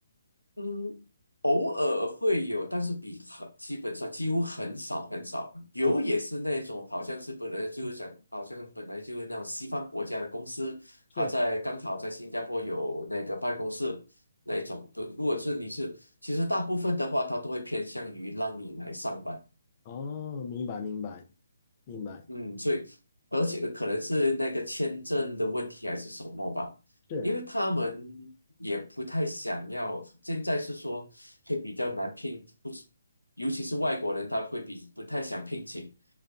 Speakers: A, on the left (about 85°); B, on the left (about 30°).
A: 嗯。偶尔会有，但是比很基本上几乎很少很少。有也是那种好像是本来就是讲，
B: 啊，
A: 好像本来就是那种西方国家的公司，他在刚好在新加坡有那个办公室那种。
B: 是，
A: 如如果是你是，其实大部分的话，他都会偏向于让你来上班。
B: 哦，明白明白明白，
A: 嗯，所以而且可能是那个签证的问题还是什么吧，
B: 是，
A: 因为他们也不太想要。现在是说会比较难聘，不是，尤其是外国人，他会比不太想聘请，